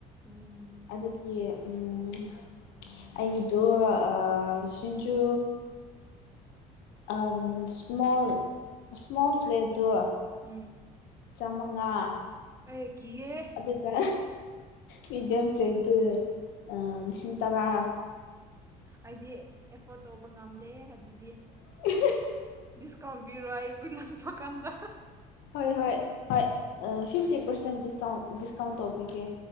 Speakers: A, on the right (about 15°); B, on the left (about 75°).
A: ꯎꯝ
B: ꯑꯗꯨꯒꯤ ꯎꯝ ꯑꯩꯒꯤꯗꯨ ꯑꯥ ꯁꯤꯡꯖꯨ ꯑꯝ ꯁ꯭ꯃꯣꯜ ꯁ꯭ꯃꯣꯜ ꯄ꯭ꯂꯦꯠꯇꯣ
A: ꯎꯝ
B: ꯆꯥꯝꯃꯉꯥ
A: ꯑꯩ ꯀꯤꯌꯦꯍꯦ
B: ꯑꯗꯨꯒ ꯃꯤꯗꯤꯌꯝ ꯄ꯭ꯂꯦꯠꯇ ꯑꯥ ꯂꯤꯁꯤꯡ ꯇꯔꯥ
A: ꯑꯩꯗꯤ ꯑꯦꯐꯣꯔꯠ ꯇꯧꯕ ꯉꯝꯗꯦ ꯍꯦ ꯑꯗꯨꯗꯤ
B: <unintelligible>
A: ꯗꯤꯁꯀꯥꯎꯟ ꯄꯤꯔꯣ ꯑꯩꯕꯨ ꯂꯛꯄꯥ ꯀꯥꯟꯗ
B: ꯍꯣꯏ ꯍꯣꯏ ꯍꯣꯏ ꯑꯥ ꯐꯤꯐꯇꯤ ꯄꯥꯔꯁꯦꯟ ꯗꯤꯁꯀꯥꯎ ꯗꯤꯁꯀꯥꯎꯟ ꯇꯧꯕꯤꯒꯦ